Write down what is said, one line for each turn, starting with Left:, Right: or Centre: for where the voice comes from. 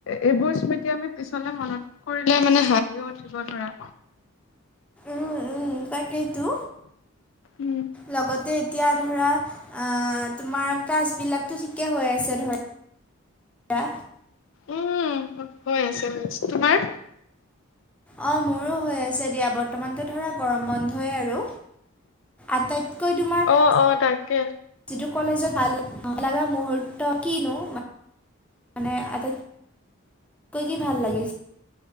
Left: এইবোৰ স্মৃতি আমি পিছলে মনত পৰিলে মানে হাঁহিও উঠিব ধৰা।
Centre: উম উম তাকেইটো,
Left: উম
Centre: লগতে এতিয়া ধৰা আহ তোমাৰ ক্লাচ বিলাকটো ঠিকে হৈ আছে ধৰা।
Left: উম হৈ আছে আছে, তোমাৰ?
Centre: অঁ মোৰো হৈ আহিছে দিয়া বত বৰ্তমানটো ধৰা গৰম বন্ধই আৰু, আটাইতকৈ তোমাৰ
Left: অ', অ তাকে।
Centre: যিটো কলেজত ভাল লগা মুহুৰ্ত কিনো? মানে আটাইতকৈ কি ভাল লাগিছে?